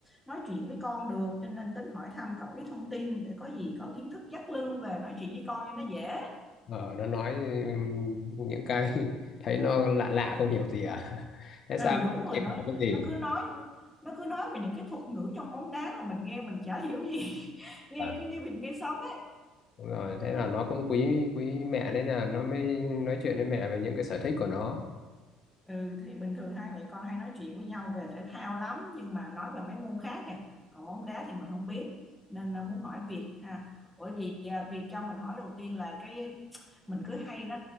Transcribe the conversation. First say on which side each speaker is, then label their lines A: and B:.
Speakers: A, in the centre; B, on the left (about 50°).
A: nói chuyện với con được cho nên tính hỏi thăm cậu ít thông tin để có gì có kiến thức dắt lưng về nói chuyện với con cho nó dễ.
B: Ờ, nó nói ừm, những cái <laughs> thấy nó lạ lạ không hiểu gì à? <laughs> Thế
A: ừ
B: sao?
A: đúng
B: Không
A: rồi nó
B: hiểu cái gì?
A: nó cứ nói nó cứ nói về những cái thuật ngữ trong bóng đá mà mình nghe mình chả hiểu gì <laughs> nghe
B: À,
A: cứ như vịt nghe sấm ấy
B: Đúng rồi, thế là nó cũng quý quý mẹ nên là nó mới nói chuyện với mẹ về những cái sở thích của nó.
A: ừ thì bình thường hai mẹ con hay nói chuyện với nhau về thể thao lắm nhưng mà nói về mấy môn khác kìa còn bóng đá thì mình không biết nên là muốn hỏi Việt ha ủa gì à, Việt cho mình hỏi đầu tiên là cái mình cứ hay nó